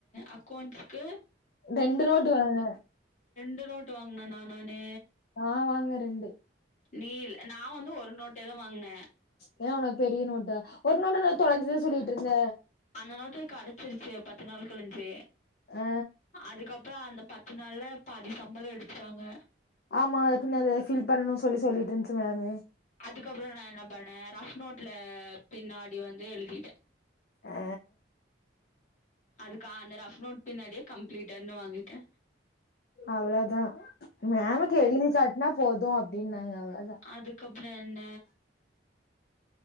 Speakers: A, on the left; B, on the left.
A: அக்கௌண்ட்ஸ்க்கு
B: ரெண்டு நோட்டு வாங்க
A: ய நோட்டு வாங்னன்னா நானு
B: ஆ வாங்க ரெண்டு
A: நீல் நா வந்து ஒரு நோட்ட தா வாங்ன
B: ஏன்னா உனக்கு பெரிய நோட்டா ஒரு நோட்ட தா தொலைஞ்ச சொல்லிட்ருந்த
A: அந்த நோட்டு கடச்சிருச்சு பத்து நாள் கழிச்சு
B: ஆ
A: அதுக்கப்புறோ அந்த பத்து நாள்ல பாதி சம்பளோ எடுத்துட்டாங்க
B: ஆமா அத பின்ன அது ஃபில் பண்ணணும் சொல்லி சொல்லிட்ருந்துச்சு மேமு
A: அதுக்கப்புறம் நான் என்ன பண்ணேன் ரஃப் நோட்ல பின்னாடி வந்து எழுதிட்டே
B: ஆ
A: அதுக்கா அந்த ரஃப் நோட் பின்னாடியு கம்ப்பிளீட்டடுனு வாங்கிட்டே
B: அவ்ளோதா, மேமுக்கு எழுதி காாட்னா போ து அப்டின்னாங்க அவ்ளோதா
A: அதுக்கப்பற என்ன